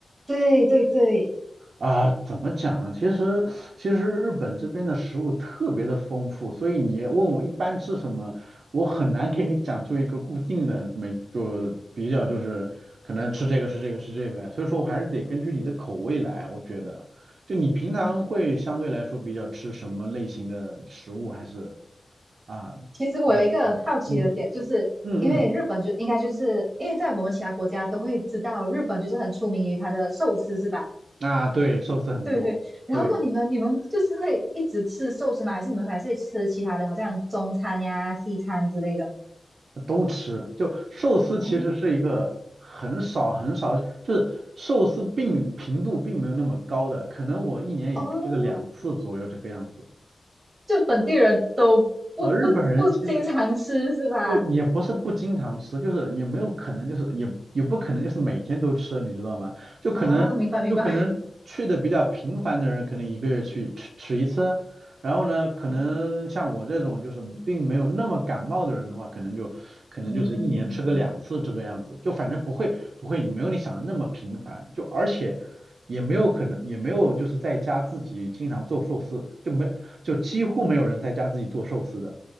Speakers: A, on the right (about 35°); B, on the right (about 85°).
A: 对对对，
B: 啊，怎么讲呢？其实其实日本这边的食物特别的丰富，所以你问我一般吃什么，我很难给你讲出一个固定的没就比较就是可能吃这个吃这个吃这个呀。所以说我还是得根据你的口味来，我觉得。就你平常会相对来说比较吃什么类型的食物，还是啊，
A: 其实我有一个好奇的点，
B: 嗯嗯
A: 就是因为日本就应该就是因为在我们其他国家都会知道，
B: 嗯嗯
A: 日本就是很出名于它的寿司，是吧？
B: 嗯，啊对，寿司很多，
A: 对对。然后过你们你们就是会一直吃寿司吗？
B: 对。
A: 还是你们还是会吃其他的，好像中餐呀、西餐之类的？
B: 都吃。就寿司其实是一个很少很少，
A: 哦
B: 就是寿司并频度并没有那么高的，可能我一年也就吃个两次左右这个样子。
A: 哦，就本地人都不不不经常吃是吧？
B: 呃，日本人其实不也不是不经常吃，就是也没有可能，就是也也不可能就是每天都吃，你知道吗？就可能就可能去的比较频繁的人，
A: 哦，明白明白。
B: 可能一个月去吃吃一次，然后呢，可能像我这种就是并没有那么感冒的人的话，
A: 哦，
B: 可能就可能就是一年吃个两次这个样子，
A: 嗯，
B: 就反正不会不会没有你想的那么频繁，就而且也没有可能也没有就是在家自己经常做寿司，就没就几乎没有人在家自己做寿司的。